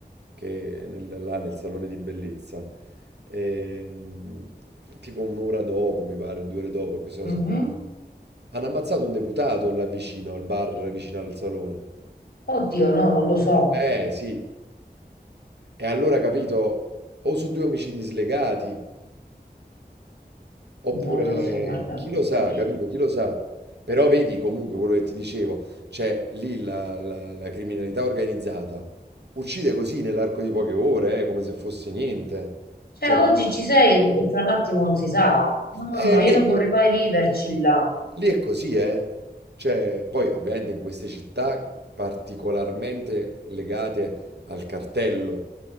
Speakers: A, on the right; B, on the left.
A: che è nel- là nel salone di bellezza, ehm, tipo un'ora dopo, mi pare, due ore dopo, questo l'ho
B: Mhm.
A: sentito, hanno ammazzato un deputato là vicino, al bar vicino al salone.
B: Oddio, no, non lo so,
A: Eh sì, e allora capito, o su due omicidi slegati, Oppure,
B: non lo so, guarda,
A: chi
B: mamma
A: lo sa,
B: mia.
A: capito? Chi lo sa? Però vedi comunque quello che ti dicevo, cioè lì la, la- la criminalità organizzata uccide così nell'arco di poche ore, eh, come se fosse niente.
B: Cioè,
A: Cioè,
B: oggi
A: vabbè.
B: ci sei e fra un attimo non si sa. Mamma,
A: Eh, lì
B: io non
A: è,
B: vorrei mai viverci là.
A: Lì è così, eh? Cioè, poi ovviamente in queste città particolarmente legate al cartello